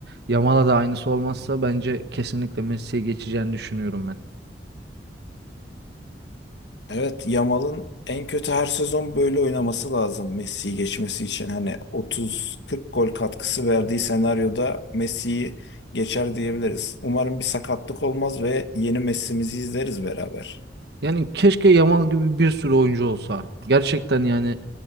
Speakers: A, on the right; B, on the left.
A: Yamal'a da aynısı olmazsa bence kesinlikle Messi'ye geçeceğini düşünüyorum ben.
B: Evet, Yamal'ın en kötü her sezon böyle oynaması lazım Messi'yi geçmesi için. Hani 30-40 gol katkısı verdiği senaryoda Messi'yi geçer diyebiliriz. Umarım bir sakatlık olmaz ve yeni Messi'mizi izleriz beraber.
A: Yani keşke Yamal gibi bir sürü oyuncu olsa. Gerçekten yani